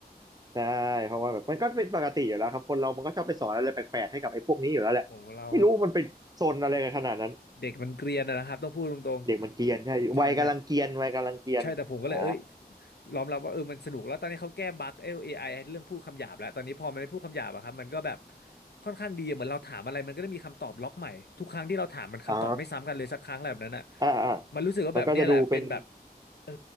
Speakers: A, on the right; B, on the left.
A: ใช่เพราะว่าแบบมันก็เป็นปกติอยู่แล้วครับคนเรามันก็ชอบไปสอนอะไรแปลกๆให้กับไอ้พวกนี้อยู่แล้วแหละไม่รู้มันเป็นโซนอะไรกันขนาดนั้น
B: ผมเราเด็กมันเกรียนอะนะครับต้องพูดตรงๆใช่ใช่
A: เด็กมันเกรียนใช่วัยกำลังเกรียนวัยกำลังเกรียนอ่า
B: ใช่แต่ผมก็เลยเอ้ยยอมรับว่าเออมันสนุกแล้วตอนนี้เขาแก้บั๊กเอ AI เรื่องพูดคำหยาบแล้วตอนนี้พอมันไม่พูดคำหยาบอะครับมันก็แบบค่อนข้างดีเหมือนเราถามอะไรมันก็ได้มีคำตอบล็อกใหม่ทุกครั้งที่เราถามมันคำตอบไม่ซ้ำกันเลยสักครั้งอะไรแบบนั้นอะ
A: อ๋ออ่าอ่า
B: มันรู้สึกว่าแบบเนี่ยแหละเป็นแบบ
A: มันก็จะดูเป็น
B: เออ